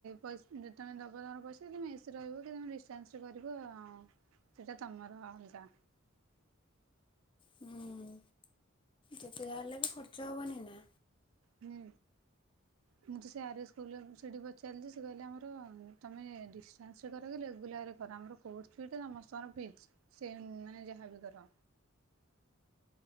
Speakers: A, on the right; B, on the left.
A: ପଇସ ଯଦି ତମେ ଦେବ ତୁମର ପଇସା ତୁମେ ଏସି ରହିବ କି ତୁମେ ଡିଷ୍ଟାନ୍ସରେ କରିବ ଆଉ। ସେଇଟା ତମର ଅଲଗା
B: ହୁଁ। ଯେତେ ଯା ହେଲେ ବି ଖର୍ଚ୍ଚ ହବନିନା
A: ହୁଁ ମୁଁ ତ ସେ ଆର୍ଏ ସ୍କୁଲ ସେଇଠି ପଚାରିଲି ସେ କହିଲେ ଆମର ତୁମେ ଡିଷ୍ଟାନ୍ସରେ କର କି ରେଗୁଲାରରେ କର ଆମର କୋର୍ସ ଫ୍ରୀ ସମସ୍ତର ଫିକ୍ସ ସେ ମାନେ ଯାହାବି କର।